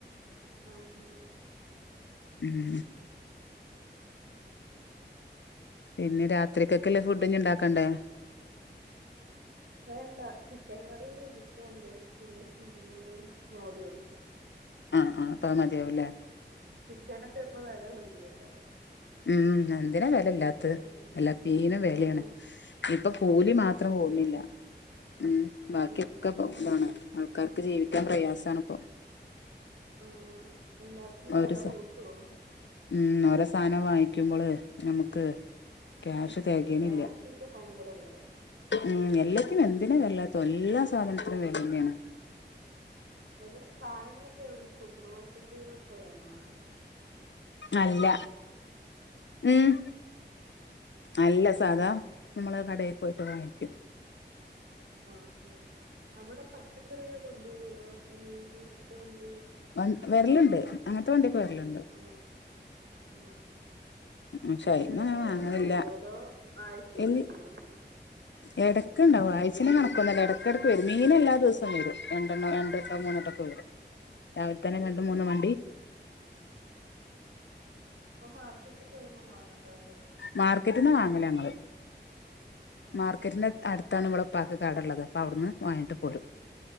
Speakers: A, on the right; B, on the left.
A: ആ ആ
B: ഉം പിന്നെ രാത്രിക്കൊക്കെല്ലേ ഫുഡ് ഇഞ് ഇണ്ടാക്കണ്ടേ?
A: വേണ്ട ചിക്കൻ കറി ഇരുപ്പുണ്ട് പിന്നെ ചീനും മോരു ഉണ്ട്
B: ആഹ് അപ്പാ മതിയാവുല്ലേ
A: ചിക്കനൊക്കെ ഇപ്പൊ വെല കൂടിയല്ലോ
B: ഉം എന്തിനാ വെലയില്ലാത്തത്
A: ഉം.
B: എല്ലാത്തനും വെലയാണ്
A: ആണാണ്
B: ഇപ്പൊ കൂലി മാത്രം കൂട്ണ്ല്ല
A: അല്ല
B: ഉ ബാക്കിയൊക്കെ
A: അതെ അതെ.
B: ഇതാണ് ആൾക്കാർക്ക് ജീവിക്കാൻ പ്രയാസണ് ഇപ്പൊ
A: ആണാണ് എല്ലാത്തിനും വില
B: ഒരു സ
A: കൂട്ടുവാ
B: ഉ സാനം വാങ്ങിക്കുമ്പോൾ നമുക്ക് ക്യാഷ് തികയണില്ല
A: താങ്‌ക്ക്ക്കെ ഭയങ്കര വില
B: ഉം എല്ലാത്തിനും എന്തിനാ വെലല്ലാത്തോ എല്ലാ സാധനത്തിനും വെലയന്നാണ്
A: എവിടെ സാനങ്ങളൊക്കെ സൂപ്പർ മാർക്കറ്റുകളിൽ പോയാണ് വാങ്ണത്
B: അല്ല ഉം അല്ല സാധാ നമ്മള് കടയിൽക്ക് പോയിട്ട് വാങ്ങിക്കും
A: ആ ആ അവിടെ പച്ചക്കറികെ കൊണ്ടൊരൊ ഈ ഉരുട്ടു വണ്ടി
B: വ വെരല്ണ്ട് അങ്ങനത്തെ വണ്ടിഒക്കെ വെരല്ണ്ട്
A: ആഹ് ഉം
B: ഉംഷൈന്ന
A: ഇതൊക്കെ
B: അങ്ങനെ വാങ്ങല്
A: എന്നും വരുവോ
B: ല്ല
A: അതോ ആഴ്ചയില്
B: എ
A: വരുവോ
B: എട ഒക്കെ ഉണ്ടാവും ആഴ്ച്ഛൻ്റ കണകൊന്നുല്ല ഇടക്ക് ഇടക്ക് വരും മീൻ എല്ലാ ദവസവും വരും രണ്ടണ്ണം രണ്ടട്ടൊ മൂന്നെട്ടൊക്കെ വരും
A: ഉ
B: രാവിലെ തന്നെ രണ്ട് മൂന്ന് വണ്ടി
A: അപ്പൊ മാർക്കറ്റിൽ പോയിന്നും വങ്ങണ്ടാ
B: മാർക്കറ്റന്ന് വാങ്ങലാ ഞങ്ങള്
A: ആണോ
B: മാർക്കറ്റിന്റെ അടുത്താണ് ഇവള പ്പാക്ക് കടള്ളത് അപ്പം അവിട്ന്ന് വാങ്ങിട്ട് പോരും